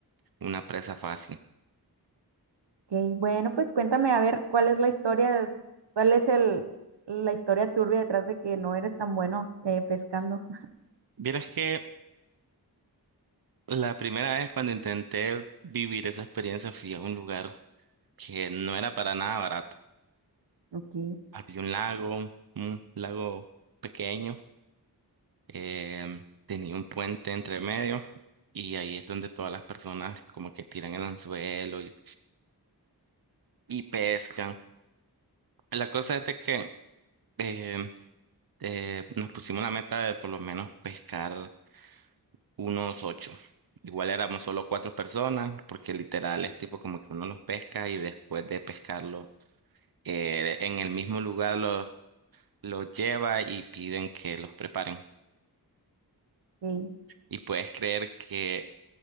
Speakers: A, on the right; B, on the right.
A: una presa fácil.
B: bueno, pues cuéntame a ver cuál es la historia, cuál es el, la historia turbia detrás de que no eres tan bueno eh, pescando.
A: Vieras que la primera vez cuando intenté vivir esa experiencia fui a un lugar que no era para nada barato.
B: Ok,
A: Había un lago, un lago pequeño, em, tenía un puente entre medio y ahí es donde todas las personas como que tiran el anzuelo y, y pescan. La cosa es de que... em, Eh, nos pusimos la meta de por lo menos pescar unos ocho. Igual éramos solo cuatro personas, porque literal es tipo como que uno los pesca y después de pescarlo eh, en el mismo lugar los, los lleva y piden que los preparen.
B: ok,
A: Y puedes creer que